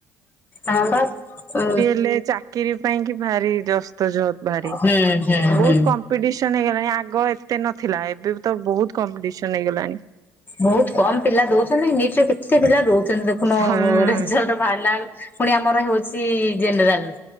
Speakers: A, on the left; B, on the right.
A: ହ ବା ଓ
B: ମାନେ ଚାକିରି ପାଇଁ କି ଭାରି ଜସ୍ତ ଜବ ଭାରି
A: ହୁଁ
B: ବହୁତ
A: ହୁଁ
B: କ ପିଡିସନ୍ ହେଇଗଲାଣି ଆଗ ଏତେ ନଥିଲା ଏବେ ତ ବହୁତ କମ୍ପିଟିସନ ହେଇଗଲାଣି
A: ବହୁତ କମ ପିଲା ଦଉଛନ୍ତି ନିଟ୍ ରେ ତେ ପିଲା ଦଉଛନ୍ତି ଦେଖୁନ
B: ହୁଁ
A: ରେଜଲ୍ଟ ବାହାରିଲା ପୁଣି ଆମର ହଉଛି ଜେନେରାଲ।